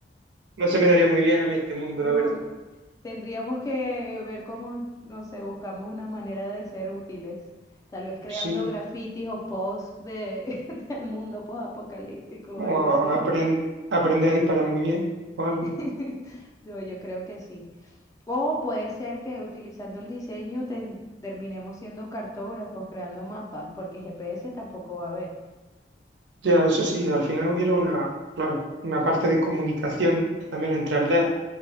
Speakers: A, on the right (about 85°); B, on the left (about 20°).
A: no se me daría muy bien a mí este mundo,
B: no,
A: la verdad.
B: Tendríamos que ver cómo, no sé, buscamos una manera de ser útiles. Tal vez creando
A: Sí,
B: grafitis o posts de, <laughs> del mundo post-apocalíptico o algo
A: o a-
B: así.
A: apren- aprender a disparar muy bien o algo.
B: <laughs> Yo, yo creo que sí. O puede ser que utilizando el diseño ten- terminemos siendo cartógrafos, creando mapas, porque GPS tampoco va a haber.
A: Ya, eso sí, al final hubiera una, claro, una parte de comunicación también entre aldeas en